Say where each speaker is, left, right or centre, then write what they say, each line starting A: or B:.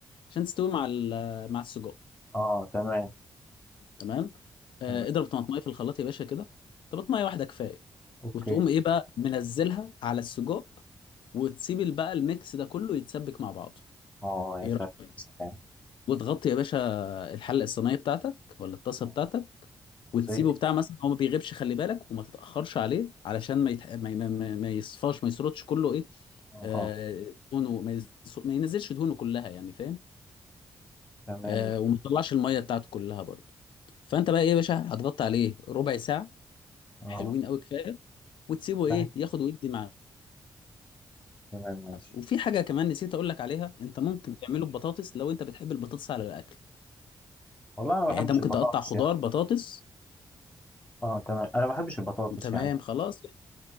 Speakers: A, on the left; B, on the left.
A: عشان تستوي مع ال... مع السجق
B: اه تمام
A: تمام آه
B: تمام
A: اضرب طماطميه في الخلاط يا باشا كده طماطميه واحده كفايه
B: اوكي
A: وتقوم ايه بقى منزلها على السجق وتسيب ال- بقى الميكس ده كله يتسبك مع بعضه
B: اه
A: ايه
B: يا سلام
A: رايك
B: سلام
A: وتغطي يا باشا الحله الصينيه بتاعتك ولا الطاسه
B: آه،
A: بتاعتك وتسيبه
B: زي الفل
A: بتاع مثلا هو ما بيغيبش خلي بالك وما تتاخرش عليه علشان ما يتح... ما, ي- ما, ما ما يصفاش ما يسرطش كله ايه
B: اه
A: آه
B: اه
A: دهونه ما, يز... ما ينزلش دهونه كلها يعني فاهم
B: تمام
A: آه وما يطلعش الميه بتاعته كلها برضه فانت بقى ايه يا باشا هتغطي عليه ربع ساعه
B: اه
A: حلوين قوي كفايه وتسيبه
B: تمام
A: ايه ياخد ويدي مع
B: تمام ماشي
A: نفسه وفي حاجه كمان نسيت اقول لك عليها انت ممكن تعمله ببطاطس لو انت بتحب البطاطس على الاكل
B: والله انا ما
A: يعني
B: بحبش
A: انت ممكن
B: البطاطس
A: تقطع خضار
B: يعني
A: بطاطس
B: اه تمام انا ما بحبش البطاطس
A: تمام
B: يعني
A: خلاص